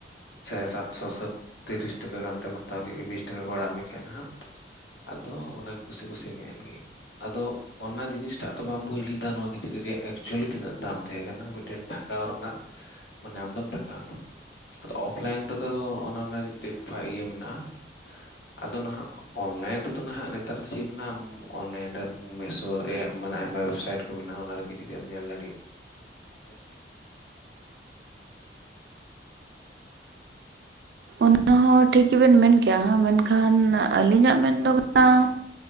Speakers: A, on the left; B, on the right.
A: ᱥᱮ ᱥᱟᱛᱥᱚ ᱥᱟᱛ ᱛᱤᱨᱤᱥ ᱴᱟᱠᱟ ᱜᱟᱱᱛᱮᱢ ᱦᱟᱛᱟᱣ ᱠᱮᱫ ᱵᱤᱥ ᱴᱟᱠᱟ ᱠᱚ ᱚᱲᱟᱜ ᱢᱮᱠᱷᱟᱱ ᱟᱫᱚ ᱚᱱᱟᱜᱮ ᱠᱩᱥᱤ ᱠᱩᱥᱤ ᱢᱮᱱ ᱮᱱᱜᱮ ᱟᱫᱚ ᱚᱱᱟ ᱡᱤᱱᱤᱥ ᱴᱟᱜ ᱫᱚ ᱵᱟᱢ ᱵᱩᱡ ᱞᱮᱫᱟ ᱱᱚᱣᱟ ᱠᱤᱪᱨᱤᱡ ᱨᱮᱭᱟᱜ ᱮᱠᱪᱩᱞᱤ ᱛᱤᱱᱟᱹᱜ ᱫᱟᱢ ᱛᱟᱦᱮᱸ ᱠᱟᱱᱟ ᱢᱤᱫᱴᱮᱱ ᱴᱷᱟᱠᱟᱣ ᱨᱮᱱᱟᱜ ᱢᱟᱱᱮ ᱟᱢᱫᱚᱢ ᱛᱷᱟᱠᱟᱣᱱᱟ ᱟᱫᱚ ᱚᱯᱷᱞᱟᱭᱤᱱ ᱨᱮᱫᱚ ᱚᱱᱟ ᱨᱮᱱᱟᱜ ᱢᱤᱫᱴᱮᱡ ᱤᱭᱟᱹ ᱢᱮᱱᱟᱜᱼᱟ ᱟᱫᱚ ᱱᱟᱜ ᱚᱱᱞᱟᱭᱤᱱ ᱨᱮᱫᱚ ᱱᱟᱦᱟᱜ ᱱᱮᱛᱟᱨ ᱫᱚ ᱪᱮᱫ ᱢᱮᱱᱟᱜᱼᱟ ᱚᱱᱞᱟᱭᱤᱱ ᱨᱮ ᱢᱮᱥᱳ ᱨᱮ ᱢᱟᱱᱮ ᱟᱭᱢᱟ ᱚᱭᱮᱵᱽᱥᱟᱭᱤᱴ ᱠᱚ ᱢᱮᱱᱟᱜᱼᱟ ᱚᱱᱟ ᱨᱮᱜᱮ ᱡᱩᱫᱤ ᱮᱢ ᱧᱮᱞ ᱫᱟᱲᱮᱭᱟᱜᱼᱟ ᱟᱪᱪᱷᱟ
B: ᱚᱱᱟ ᱴᱷᱤᱠ ᱜᱮᱵᱮᱱ ᱢᱮᱱ ᱠᱮᱜᱼᱟ ᱢᱮᱱᱠᱷᱟᱱ ᱟᱹᱞᱤᱧᱟᱜ ᱢᱮᱱ ᱫᱚ ᱚᱸᱻ